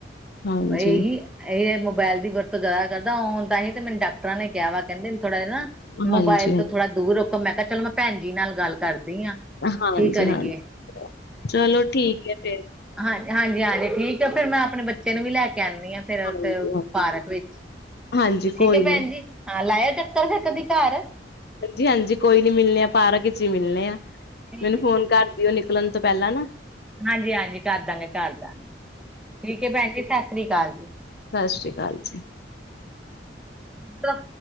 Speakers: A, on the left; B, in the centre.
A: ਹਾਂਜੀ
B: ਇਹੀ ਇਹਹੀ, ਮੋਬਾਇਲ ਦੀ ਵਰਤੋਂ ਜ਼ਿਆ ਕਰਦਾ, ਹਣ ਤਾਂ ਹੀ ਮੈਨੂੰ ਡਾਕਟਰਾਂ ਨੇ ਕਿਹਾ ਵਾ ਕਹਿੰਦੇ, ਥੋੜਾ ਜਿਹਾ ਨਾ ਮੋਬਾਇਲ
A: ਹਾਂਜੀ
B: ਤੋਂ, ਥੋੜਾ ਦੂਰ ਰੱਖੋ, ਮੈਂ ਕਿਹਾ, ਚਲੋ ਮੈਂ ਭੈਣ ਜੀ ਨਾਲ ਗੱਲ ਕਰਦੀ ਆ
A: ਹਾਂਜੀ,
B: ਕੀ ਕਰੀਏ।
A: - ਹਾਂਜੀ ਚਲੋ ਠੀਕ ਹੈ ਫੇਰ
B: ਹਾਂਜੀ, ਹਾਂਜੀ -ਹਾਂਜੀ ਠੀਕ ਆ ਫੇਰ, ਮੈਂ ਆਪਣੇ ਬੱਚੇ ਨੂੰ ਵੀ ਲੈ ਕੇ ਆਨੀ, ਹਾਂ ਫੇਰ ਉਥੇ,
A: ਹਾਂਜੀ
B: ਉਹ ਪਾਰਕ ਵਿੱਚ
A: ਹਾਂਜੀ
B: ਠੀਕ
A: ਕੋਈ
B: ਹੈ
A: ਨੀ
B: ਭੈਣ ਜੀ, ਹਾਂ ਲਾਇਓ ਚੱਕਰ ਫੇਰ ਕਦੀ ਘਰ?
A: ਹਾਂਜੀ -ਹਾਂਜੀ ਕੋਈ ਨੀ ਮਿਲਣੇ ਆ, ਪਾਰਕ ਚ ਹੀ ਮਿਲਣੇ ਆ
B: ਠੀਕ
A: ਮੈਨੂੰ,
B: ਹੈ
A: ਫੋਨ
B: ਜੀ ਠੀਕ
A: ਕਰਦੀਓ, ਨਿਕਲਣ ਤੋਂ ਪਹਿਲਾਂ ਨਾ
B: ਹਾਂਜੀ ਹਾਂਜੀ ਕਰਦਾਂਗੇ ਕਰਦਾਂਗੇ ਠੀਕ ਹੈ ਭੈਣ ਜੀ ਸਤਿ ਸ੍ਰੀ ਅਕਾਲ ਜੀ
A: ਸਤਿ ਸ਼੍ਰੀ ਅਕਾਲ ਜੀ
B: <unintelligible> ਪਰ